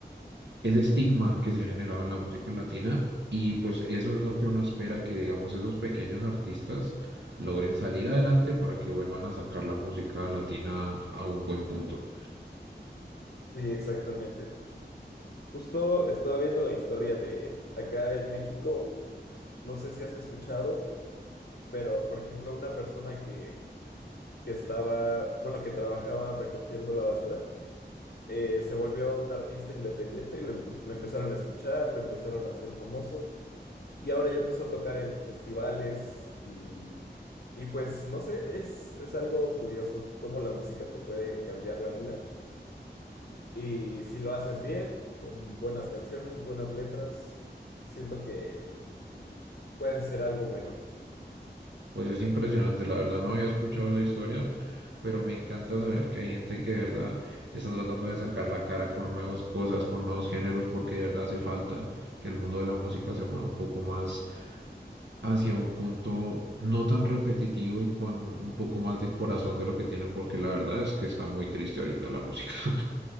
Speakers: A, on the right; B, on the left.
A: ese estigma que se ha generado en la música latina y pues eso es lo que uno espera que digamos esos pequeños artistas logren salir adelante para que vuelvan a sacar la música latina a un buen punto.
B: Sí, exactamente. Justo estaba viendo la historia de acá en México, no sé si has escuchado, pero, por ejemplo, una persona que, que estaba, bueno, que trabajaba recogiendo la basura. eh, se volvió un artista independiente y lo, empus- lo empezaron a escuchar, lo empezaron a hacer famoso. Y ahora ya empezó a tocar en festivales y, y pues no sé, es, es algo curioso cómo la música te puede cambiar la vida. Y si lo haces bien, con buenas canciones, buenas letras, siento que puede ser algo bueno.
A: Pues es impresionante, la verdad no había escuchado esa historia, pero me encanta saber que hay gente que de verdad está tratando de sacar la cara con nuevas cosas, con nuevos géneros, porque de verdad hace falta que el mundo de la música se mueva un poco más hacia un punto no tan repetitivo y con un poco más de corazón de lo que tienen, porque la verdad es que está muy triste ahorita la música. <laughs>